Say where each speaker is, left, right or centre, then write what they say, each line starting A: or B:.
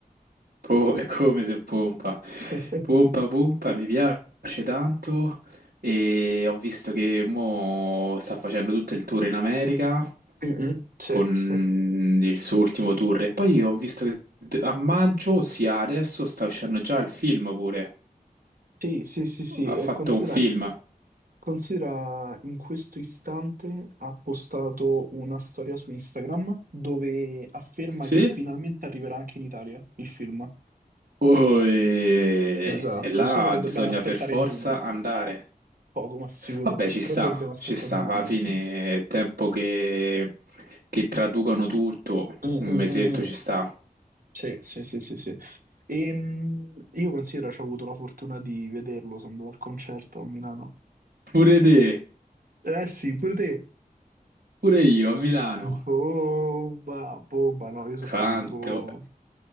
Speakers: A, on the right; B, on the right.
A: Oh, è come se pompa.
B: <laughs>
A: Pompa, pompa, mi piace tanto e ho visto che mo sta facendo tutto il tour in America
B: Mm, mm, Sì,
A: con
B: sì.
A: il suo ultimo tour e poi ho visto che d- a maggio, ossia adesso, sta uscendo già il film pure.
B: Sì, sì, sì, sì,
A: Ha
B: e
A: fatto
B: considera
A: un film.
B: Considera in questo istante ha postato una storia su Instagram dove afferma
A: Sì?
B: che finalmente arriverà anche in Italia il film.
A: Oh, e
B: Esatto,
A: e là
B: solo che
A: bisogna
B: dobbiamo aspettare
A: per forza
B: giugno,
A: andare.
B: poco ma sicuro,
A: Vabbè, ci
B: però
A: sta,
B: dobbiamo aspettare
A: ci sta,
B: giugno,
A: alla fine
B: sì. Mm,
A: è tempo che, che traducano tutto,
B: mm,
A: un
B: mm,
A: mesetto
B: mm.
A: ci sta.
B: Sì, sì, sì, sì, sì. Ehm, io considero ci ho avuto la fortuna di vederlo, sono andato al concerto a Milano.
A: Pure te,
B: Eh sì, pure te.
A: pure io a Milano.
B: Bomba, bomba, no, io sono
A: Quanto,
B: stato tipo